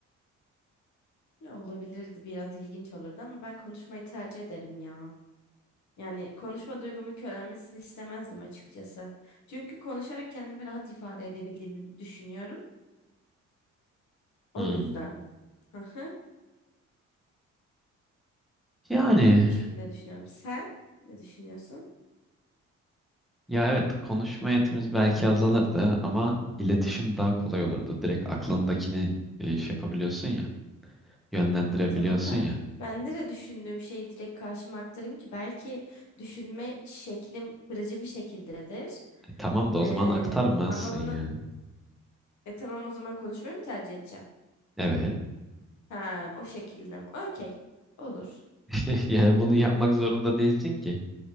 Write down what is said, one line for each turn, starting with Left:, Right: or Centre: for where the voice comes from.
Left: Ya olabilirdi biraz ilginç olurdu ama ben konuşmayı tercih ederim ya. Yani konuşma duygumun körelmesini istemezdim açıkçası. Çünkü konuşarak kendimi rahat ifade edebildiğimi düşünüyorum. O
Centre: Hmm.
Left: yüzden. Hı hı.
Centre: Yani
Left: Bu şekilde düşünüyorum. Sen ne düşünüyorsun?
Centre: ya evet konuşma yetimiz belki azalırdı ama iletişim daha kolay olurdu. Direkt aklındakini e, şey yapabiliyorsun ya, yönlendirebiliyorsun
Left: Ya tamam da
Centre: ya.
Left: ben nereye düşündüğüm şeyi direkt karşıma aktarayım ki belki düşünme şeklim kırıcı bir şekildedir.
Centre: Tamam da o
Left: Ee,
Centre: zaman aktarmazsın
Left: ama bunu
Centre: yani.
Left: e tamam o zaman konuşmayı mı tercih edeceğim?
Centre: Evet.
Left: Ha o şekilde. mi? Okey. Olur.
Centre: <laughs> Yani bunu yapmak zorunda değilsin ki.